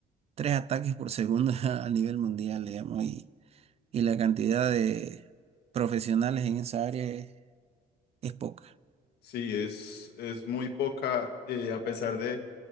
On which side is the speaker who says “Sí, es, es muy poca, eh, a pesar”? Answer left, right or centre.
Left